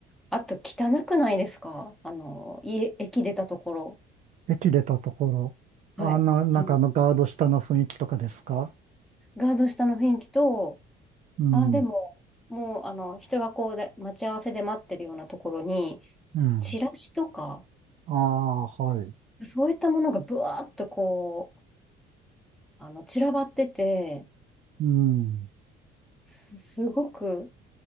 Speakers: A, in the centre; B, on the right (about 45°).
A: あと汚くないですかあの、家、駅出たところ。
B: 駅出たところ、
A: はい。
B: あの、なんかあのガード下の雰囲気とかですか
A: あの、ガード下の雰囲気と、
B: うん。
A: ああ、でも、もう、あの、人がこうで、待ち合わせで待ってるようなところに、
B: うん。
A: チラシとか、
B: ああ、はい。
A: そういったものがブワーっとこう、あの、散らばってて、
B: うん。
A: す、すごく